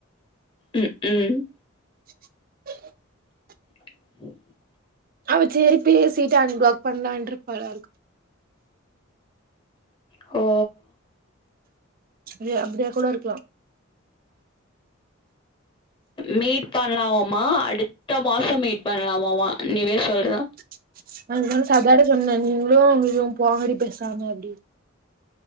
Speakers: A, on the left (about 25°); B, on the right (about 45°).
A: ம் ம்
B: <inaudible>
A: <inaudible>
B: அவச்சரி பேசிட்டு அன்ப்ளாக் பண்லான்ட்ருப்பாளா இருக்கு
A: ஹோ
B: <unintelligible> அப்டியா கூட இருக்லா
A: மீட் பண்லாவம்மா அடுத்த மாச மீட் பண்லாவமா நிவே சொல்றா
B: <unintelligible> சொன்னே நீங்ளு <unintelligible> போங்கடி பேசாம அப்டி